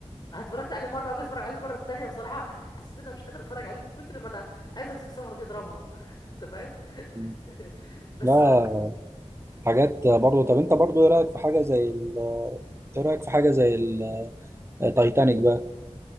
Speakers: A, on the left; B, on the right.
A: اتفرجت عليه مره وجيت اتفرج عليه المره التانيه بصراحه حسيت ان انا مش قادر اتفرج عليه من كتر ما انا عايز امسك السمره دي اضربها <laughs> انت فاهم <laughs>
B: مم.
A: بس
B: لا
A: هو
B: حاجات برضو طب أنت برضو إيه رأيك في حاجة زي ال... إيه رأيك في حاجة زي التايتانيك بقى؟